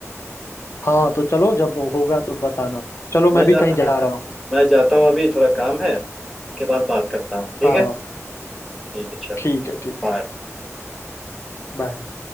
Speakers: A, on the left; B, in the centre.
A: हाँ तो चलो जब वो होगा तो बताना चलो मैं
B: मैं
A: भी
B: जा
A: कहीं जा
B: हाँ
A: रहा हूँ
B: मैं जाता हूँ अभी थोड़ा काम है के बाद बात करता हूँ ठीक
A: हाँ
B: है ठीक है चलो
A: ठीक है ठीक
B: बाय
A: है बाय